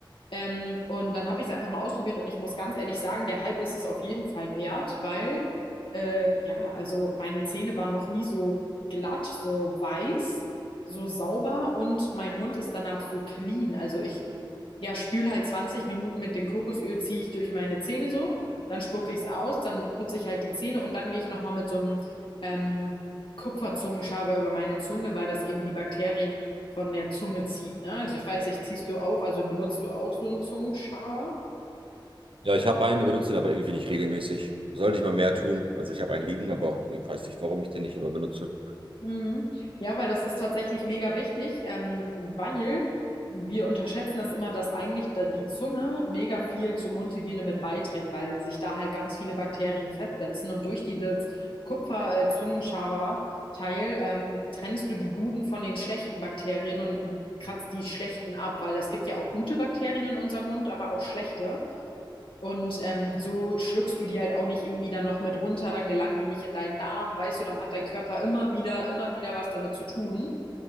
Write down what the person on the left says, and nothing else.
Ähm, und dann habe ich es einfach mal ausprobiert und ich muss ganz ehrlich sagen, der Hype ist es auf jeden Fall wert, weil äh, ja, also meine Zähne waren noch nie so glatt, so weiß, so sauber und mein Mund ist danach so clean. Also ich ja, spül halt 20 Minuten mit dem Kokosöl, ziehe ich durch meine Zähne so dann spucke ich es aus, dann putze ich halt die Zähne und dann gehe ich nochmal mit so einem ähm, Kupferzungenschaber über meine Zunge, weil das eben die Bakterien von der Zunge zieht. Ne? Also ich weiß nicht, ziehst du auch, also benutzt du auch so einen Zungenschaber?
Mhm. Ja, weil das ist tatsächlich mega wichtig, ähm, weil wir unterschätzen das immer, dass eigentlich da die Zunge mega viel zur Mundhygiene mit beiträgt, weil sich da halt ganz viele Bakterien festsetzen und durch dieses Kupfer-Zungenschaber-Teil ähm, trennst du die guten von den schlechten Bakterien und kratzt die schlechten ab, weil es gibt ja auch gute Bakterien in unserem Mund, aber auch schlechte. Und ähm, so schluckst du die halt auch nicht irgendwie dann noch mit runter, dann gelangen die nicht in deinen Darm, weißt du, dann hat dein Körper immer wieder, immer wieder was damit zu tun.